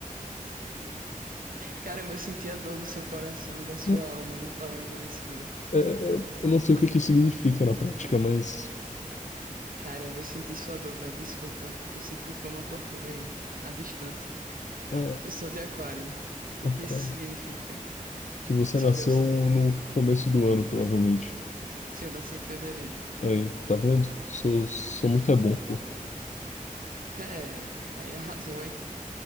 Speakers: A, on the right; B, on the left.
A: Caramba, eu senti a dor do seu coração e da sua
B: Não,
A: alma me falando isso, velho.
B: é, é, eu, eu não sei o que que significa na prática, mas.
A: Caramba, eu senti sua dor, velho. Desculpa. Eu sinto que foi uma tortura aí, à distância.
B: Ah,
A: Eu sou de Aquário. O
B: aquário.
A: que isso significa?
B: Que você
A: Só
B: nasceu
A: Deus sabe.
B: no começo do ano, provavelmente.
A: Se eu nasci em fevereiro.
B: Aí, tá vendo? Sou, sou muito é bom, pô.
A: É, aí arrasou, hein?